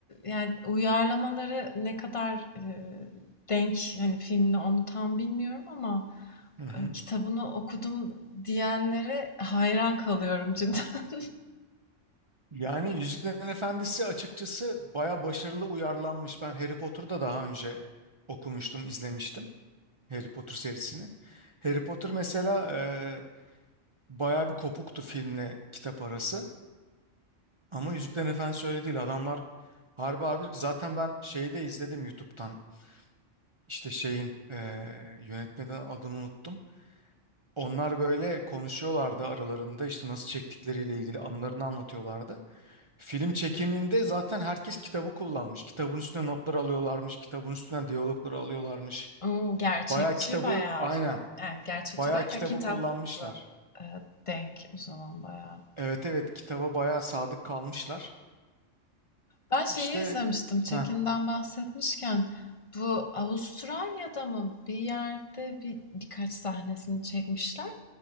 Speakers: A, on the left; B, on the right.
A: yani uyarlamaları ne kadar e, denk hani filmle onu tam bilmiyorum ama
B: Hı hı.
A: e, kitabını okudum diyenlere hayran kalıyorum cidden.
B: Yani Yüzüklerin Efendisi açıkçası baya başarılı uyarlanmış. Ben Harry Potter'ı da daha önce okumuştum, izlemiştim. Harry Potter serisini. Harry Potter mesela e, bayağı bir kopuktu filmle kitap arası. Ama Yüzüklerin Efendisi öyle değil. Adamlar harbi harbi zaten ben şeyi de izledim YouTube'dan. İşte şeyin e, yönetmeden adını unuttum. Onlar böyle konuşuyorlardı aralarında işte nasıl çektikleriyle ilgili anılarını anlatıyorlardı. Film çekiminde zaten herkes kitabı kullanmış. Kitabın üstüne notlar alıyorlarmış. Kitabın üstüne diyalogları alıyorlarmış.
A: <laughs> Oo, gerçekçi
B: Bayağı kitabı
A: bayağı
B: aynen.
A: o zaman. Yani gerçekçi
B: Bayağı
A: derken
B: kitabı
A: kitapla
B: kullanmışlar.
A: e, denk o zaman bayağı.
B: Evet evet kitaba bayağı sadık kalmışlar.
A: Ben şeyi
B: İşte
A: izlemiştim. Çekimden
B: ha
A: bahsetmişken bu Avustralya'da mı bir yerde bir birkaç sahnesini çekmişler